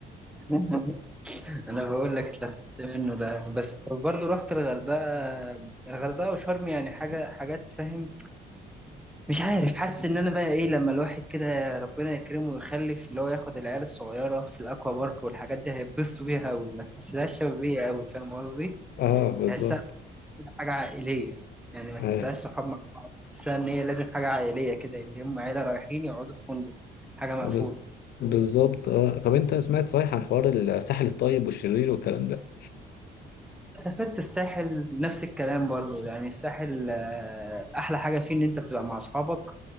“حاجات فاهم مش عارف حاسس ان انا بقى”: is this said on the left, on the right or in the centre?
Centre